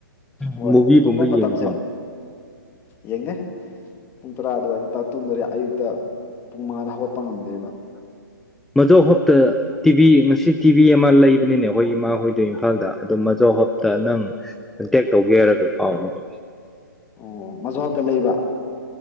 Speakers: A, on the left; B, in the centre.
A: ꯍꯣꯏ
B: ꯃꯨꯚꯤꯒꯨꯝꯕ
A: ꯇꯨꯝꯕ
B: ꯌꯦꯡꯕ꯭ꯔꯣ
A: ꯃꯇꯝꯁꯦ ꯌꯦꯡꯅꯦ ꯄꯨꯡ ꯇꯔꯥ ꯑꯗꯨꯋꯥꯏꯗ ꯇ ꯇꯨꯝꯕꯗꯤ ꯑꯌꯨꯛꯇ ꯄꯨꯡ ꯃꯉꯥꯗ ꯍꯧꯒꯠꯄ ꯉꯝꯗꯦꯕ
B: ꯃꯖꯧ ꯍꯣꯞꯇ ꯇꯤꯚꯤ ꯉꯁꯤ ꯇꯤꯚꯤ ꯑꯃ ꯂꯩꯕꯅꯤꯅꯦ ꯑꯩꯈꯣꯏ ꯏꯃꯥ ꯍꯣꯏꯗꯣꯏ ꯏꯝꯐꯥꯜꯗ ꯑꯗꯣ ꯃꯖꯧ ꯍꯣꯞꯇ ꯅꯪ ꯀꯟꯇꯦꯛ ꯇꯧꯒꯦ ꯍꯥꯏꯔꯒ ꯍꯥꯎ ꯍꯣꯏ ꯍꯣꯏ
A: ꯑꯣ ꯃꯖꯣꯍꯞꯇ ꯂꯩꯕ